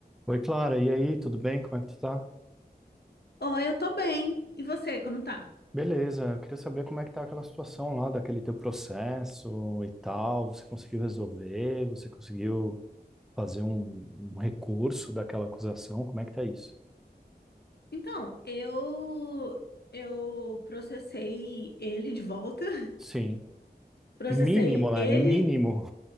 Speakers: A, in the centre; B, on the left.
A: Oi, Clara, e aí, tudo bem? Como é que tu tá?
B: Oi, eu tô bem. E você, como tá?
A: Beleza, eu queria saber como é que tá aquela situação lá, daquele teu processo e tal. Você conseguiu resolver? Você conseguiu fazer um, um recurso daquela acusação? Como é que tá isso?
B: Então, eu eu processei ele de volta. <laughs>
A: Sim.
B: Processei
A: Mínimo, né?
B: ele,
A: Mínimo.